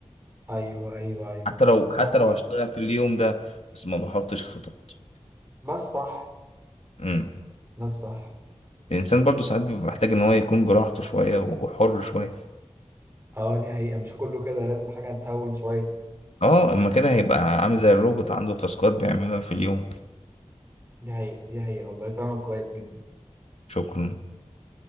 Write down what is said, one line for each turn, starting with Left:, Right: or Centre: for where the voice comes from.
Right: ايوه ايوه ايوه
Left: حتى لو حتى
Right: ما هو
Left: لو هشتغل في اليوم ده بس ما بحطش خطط
Right: ده الصح
Left: امم
Right: ده الصح
Left: الانسان برضو ساعات بيبقى محتاج ان هو يكون براحته شويه وحر شويه
Right: اه دي حقيقة مش كله كده لازم حاجة تهون شوية
Left: اه اما كده هيبقى عامل زي الروبوت عنده تاسكات بيعملها في اليوم
Right: دي حقيقة دي حقيقة والله فاهمك كويس جدا
Left: شكرا